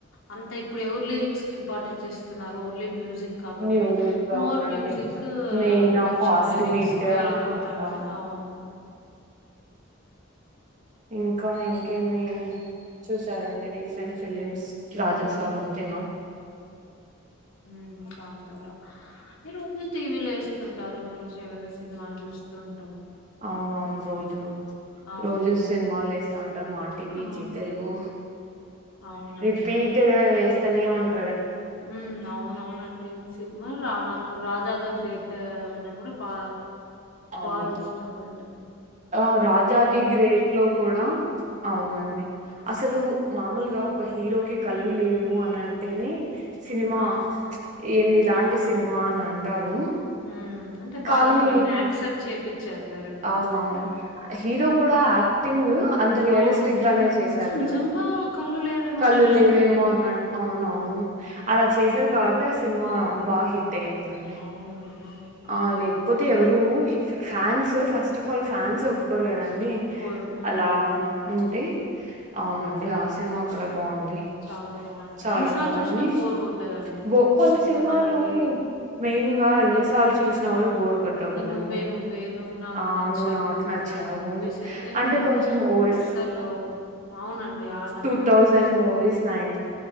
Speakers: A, on the left; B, on the right.
A: అంత ఇప్పుడు ఎవరు లిరిక్స్ కి ఇంపార్టెన్స్ ఇస్తున్నారు ఓన్లీ మ్యూజిక్ కాబట్టి
B: మ్యూజిక్
A: మోర్
B: అవునండి
A: మ్యూజిక్
B: మెయిన్
A: కొంచెం
B: ఫాస్ట్
A: లిరిక్స్
B: బీట్
A: కు వెళ్ళిపోతుంది
B: అంతా
A: అవును
B: ఇంకా ఇంకేమి చూ రండి రీసెంట్ ఫిలిమ్స్ రాజాసాబ్
A: ఉమ్
B: అంతేనా
A: హ చాల రోజు టీవీలు వేస్తుంటారు మంచిగా ఏనా సినిమాలు చూస్తుంట
B: అవునవును రోజు
A: అవును
B: రోజు సినిమాలు వేస్తాను మాటీవీ
A: ఆ
B: జీ తెలుగు
A: అవునండి
B: రిపీటెడ్గా వేస్తనే ఉంట
A: హ అవునవునండి సినిమా రా నాకు రాజా ది గ్రేట్ కూడా పా
B: అవును
A: బాగా ఇష్టపడ్
B: ఆ రాజాదిగ్రేట్లో కూడా అవునండి అసలు మామూలుగా ఒక హీరోకి కళ్ళు లేవు అని అంటేనే సినిమా
A: ఆ
B: ఏంది ఇలాంటి
A: అవును
B: సినిమా అని అంటారు
A: ఉమ్ అంటే
B: కానీ
A: బాగా మనల్ని యాక్సెప్ట్ చేపిచ్చారు డైరెక్టర్
B: అవునవును
A: డై
B: హీరో కూడా యాక్టింగ్ అంత రియలిస్టిక్
A: అవును. హ్మ్.
B: గానే చేశాడు
A: అసలు నిజంగా కళ్ళు లేవేమో
B: కళ్ళులేవేమో
A: అనిపిస్తుంది.
B: అన్నట్
A: హ్మ్.
B: అవునవును ద అలా
A: హ్మ్.
B: చేసారు కాబట్టి ఆ సినిమా బాగ హి ట్టయిదండి
A: అవునండి. హ్మ్.
B: ఆ లేకపోతే ఎవరు ఫ్యాన్స్ ఫస్ట్ ఆఫల్ ఫ్యాన్స్ ఒప్పుకోరు కదండి
A: ఒప్పుకోరు. హ్మ్.
B: అలా ఉంటే అవునండి ఆ సినిమా కూడా బాగుంది
A: చాలా బావుంది.
B: చాలా
A: ఎన్ని సార్లు
B: బాగుంది
A: చూసినా బోర్ కొట్టదండి.
B: బో కొన్ని
A: ఇంగ
B: సినిమాలు
A: మనకి
B: మెయిన్ గా ఎన్నిసార్లు
A: అదే
B: చూసినా కూడా బోర్ కొట్టావు కదండి
A: ఈ 'నువ్వే నువ్వే నువ్వు నాకు
B: ఆ
A: నచ్చావు'
B: నువ్వు నాకు నచ్చావు
A: ఇలాంటి మూవీస్ అయితే ఇంకా
B: అంటే కొంచెం ఓల్డ్
A: అస్సలు అవునండి. ఆ
B: టూ థౌసండ్ మూవీస్ నైన్